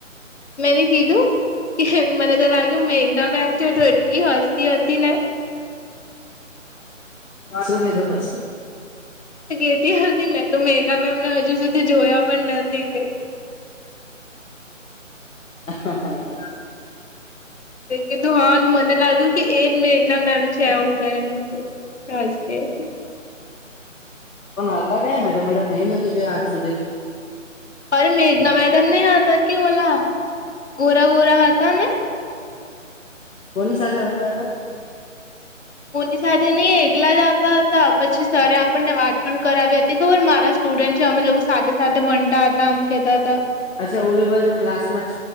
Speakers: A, on the left; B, on the left.
A: મેંને કીધું કે મને તો લાગ્યું મેઘના મેમ છે તો એટલી હસતી હતી ને
B: શું લીધો પછી?
A: ગેતી હતી મેં તો મેગા મેમ ને હજુ સુધી જોયા પણ નથી.
B: <inaudible>
A: કે કીધું હા મને લાગ્યું કે એ જ મેઘના મેમ છે હું કરીને <unintelligible>
B: પણ હતા ક્યા મે તડમ મેં નથી જોયા આજ સુધી
A: અરે મેઘના મેડમ નહી આાથ કે ઓલા ગોરા ગોરા હા હતા ને
B: કોની સાથે આવતા હ
A: કોની સાથે નહી એકલા જ આવતા હતા પછી સર આપણને વાત પણ કરાવી હતી ખબર મારા સ્ટુડન્ટ છે અમે લોકો સાથે સાથે બનતા હતા આમ કેહેતા હતા.
B: અચ્છા ઓલે બાજુ ક્લાસ માં